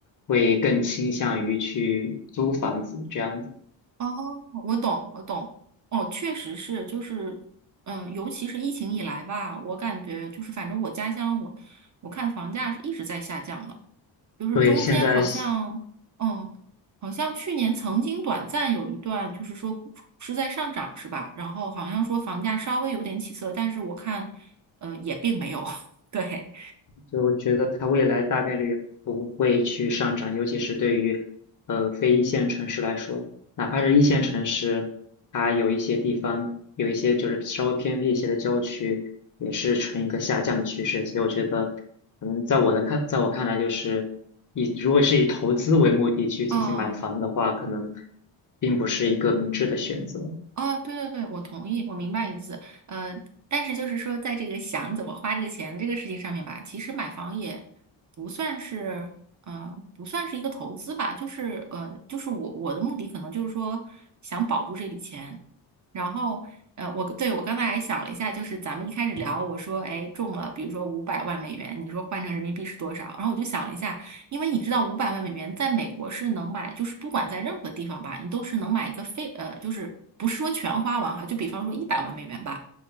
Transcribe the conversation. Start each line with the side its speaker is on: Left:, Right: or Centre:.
Left: 会更倾向于去租房子这样子。
Right: 哦，我懂，我懂。哦，确实是，就是，嗯，尤其是疫情以来吧，我感觉就是，反正我家乡我，我看房价是一直在下降的，就是中间好像，
Left: 所以现在。
Right: 嗯，好像去年曾经短暂有一段，就是说股是在上涨，是吧？然后好像说房价稍微有点起色，但是我看，呃，也并没有。<laughs> 对，
Left: 所以我觉得它未来大概率不会去上涨，尤其是对于呃非一线城市来说，哪怕是一线城市，它有一些地方有一些就是稍微偏僻一些的郊区，也是呈一个下降的趋势。所以我觉得，可能在我的看，在我看来，就是以如果是以投资为目的去进行买房的话，
Right: 哦。
Left: 可能并不是一个明智的选择。
Right: 哦，对对对，我同意，我明白你的意思。呃，但是就是说，在这个想怎么花这个钱这个事情上面吧，其实买房也不算是，呃，不算是一个投资吧，就是呃，就是我我的目的可能就是说想保住这笔钱，然后呃，我对我刚才还想了一下，就是咱们一开始聊，
Left: 嗯
Right: 我说哎中了，比如说五百万美元，你说换成人民币是多少？然后我就想了一下。因为你知道五百万美元在美国是能买，就是不管在任何地方吧，你都是能买一个非呃，就是不是说全花完哈，就比方说一百万美元吧，